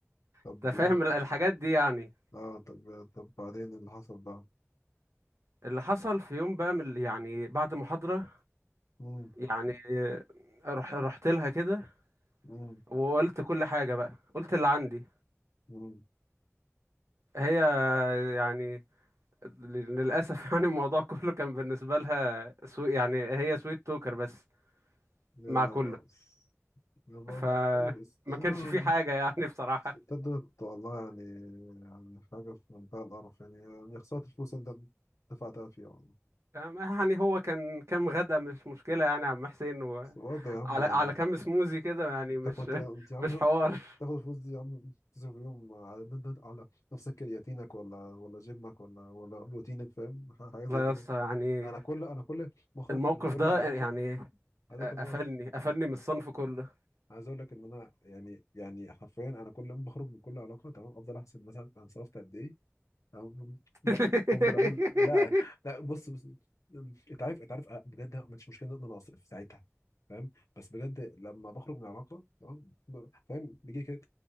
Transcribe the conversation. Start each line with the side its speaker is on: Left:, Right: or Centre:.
Left: طب
Right: انت فاهم
Left: ايه
Right: ال- الحاجات
Left: طب
Right: دي يعني
Left: اه طب طب بعدين اللي حصل بقى
Right: اللي حصل في يوم بقى من يعني بعد محاضره
Left: مم.
Right: يعني رح رحت لها كده
Left: مم.
Right: وقلت كل حاجة بقى قلت اللي عندي
Left: مم.
Right: هي يعني ل- للأسف <laughs> يعني الموضوع كله كان بالنسبة لها سو... يعني هي سويت توكر بس
Left: يا
Right: مع كله
Left: يا بقول
Right: فما
Left: لك الس- يا
Right: كانش في حاجة <laughs> يعني بصراحة
Left: الستات دولت والله يعني يعني حاجة في منتهى القرف يعني يعني خسارة الفلوس اللي انت دفعتها فيها والله
Right: يعني هو كان كام غدا مش مشكلة يعني يا عم حسين وعلى
Left: بس برضه يا عم
Right: على
Left: يعني
Right: كام سموزي كده يعني
Left: انت
Right: مش
Left: كنت انت
Right: <laughs>
Left: يا عم
Right: مش حوار
Left: تاخد الفلوس دي يا عم تصرف يوم على على نفسك كرياتينك ولا ولا جيمك ولا ولا بروتينك فاهم <laughs> ح- حاجه زي
Right: لا
Left: كده
Right: يا اسطى يعني
Left: انا كل انا كل مخرج
Right: الموقف
Left: من كل
Right: ده
Left: علاقه
Right: يعني
Left: عايز اقول لك ان
Right: قفلني
Left: انا
Right: قفلني من الصنف كله
Left: عايز اقول لك ان انا يعني يعني حرفيا انا كل ما اخرج من كل علاقه تمام افضل احسب مثلا انا صرفت قد ايه تمام
Right: <laughs>
Left: بفضل اقول لا لا بص بص انت عارف انت عارف آه، بجد ما عنديش مشكله ان انا اصرف ساعتها فاهم بس بجد لما بخرج من علاقه تمام فاهم بيجي لي كده